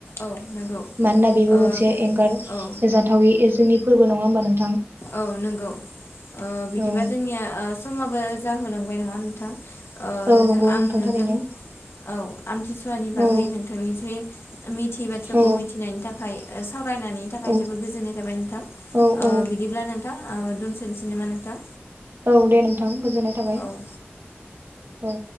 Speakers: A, on the left (about 85°); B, on the right (about 65°).
A: औ नंगौ
B: मानोना
A: ओ
B: बेबो मोनसे एंगार
A: औ
B: जाथावि जोंनि फोरबो नंङा होमबा नों
A: औ नंगौ बिदिबा
B: औ
A: जोंनिया समाबो जाहोलांबाय नंङा नोंथां?
B: औ नंगौ
A: जों आं
B: नोंथां
A: नोंजों
B: थारैनो
A: औ आमथिसुवानि बागै
B: औ
A: नोंथांनोसै थियै बाथ्राखौ
B: औ
A: मिथिनायनि थाखाय सावरायनायनि थाखाय
B: औ
A: जोबोद गोजोननाय थाबाय नोंथां
B: औ औ
A: बि ब्ला नोंथां दोनथ'नोसै नामा नोंथां?
B: औ दे नोंथां गोजोननाय थाबाय
A: औ
B: औ।